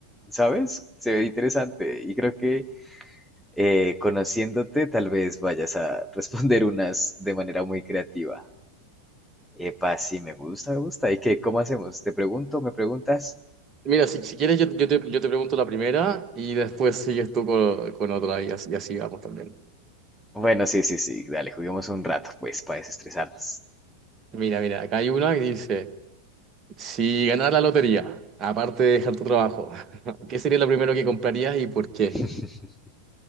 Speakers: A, in the centre; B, on the right.
A: ¿sabes? Se ve interesante y creo que eh, conociéndote tal vez vayas a <laughs> responder unas de manera muy creativa. Epa, sí, me gusta, me gusta. ¿Y qué? ¿Cómo hacemos? ¿Te pregunto? ¿Me preguntas?
B: Mira, si, si quieres yo, yo te, yo te pregunto la primera y después sigues tú con, con otra y así, y así vamos también.
A: Bueno, sí, sí, sí, dale, juguemos un rato, pues, para desestresarnos.
B: Mira, mira, acá hay una que dice... Si ganaras la lotería, aparte de dejar tu trabajo, <laughs> ¿qué sería lo primero que comprarías y por qué?
A: <laughs>